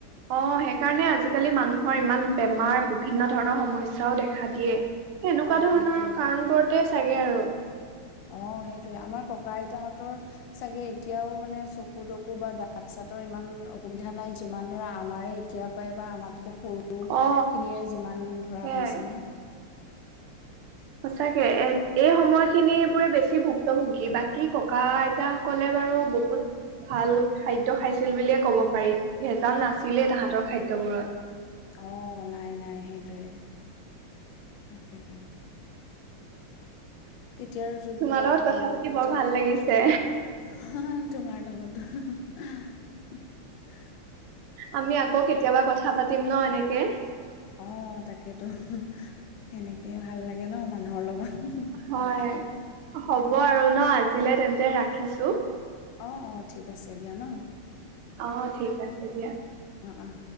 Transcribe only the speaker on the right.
অ' সেইকাৰণে আজিকালি মানুহৰ ইমান বেমাৰ বিভিন্ন ধৰণৰ সমস্যাও দেখা দিয়ে এনেকুৱা
ধৰণৰ কাৰণবোৰতে চাগে আৰু
অ
সেয়াই
সঁচাকে এ এই সময় খিনি এইবোৰে বেছি ভুক্তভোগী বাকী ককা আইতাসকলে বাৰু বহুত ভাল খাদ্য খাইছিল বুলিয়ে ক'ব পাৰি ভেজাল নাছিলেই তাহাঁতৰ খাদ্যবোৰত
তোমাৰ
লগত
কথা পাতি
বৰ ভাল লাগিছে
আমি আকৌ কেতিয়াবা কথা পাতিম পাতিম নাএনেকে
হয়
হ'ব আৰু ন আজি ছিলে তেন্তে ৰাখিছো
অ ঠিক আছে দিয়া